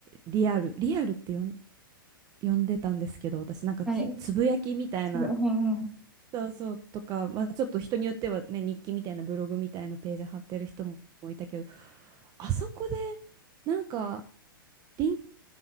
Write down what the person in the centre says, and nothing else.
はい。それ、うんうん。